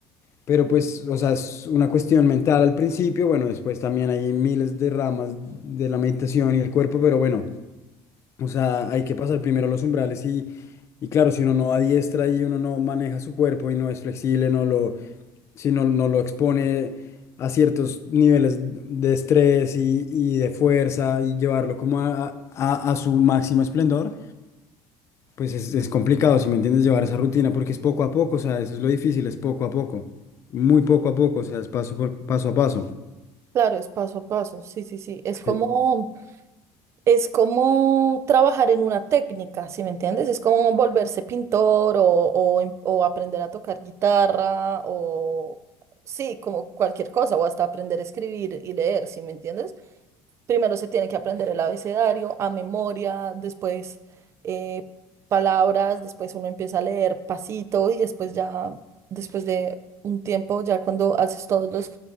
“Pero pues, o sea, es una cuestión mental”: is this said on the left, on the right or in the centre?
Left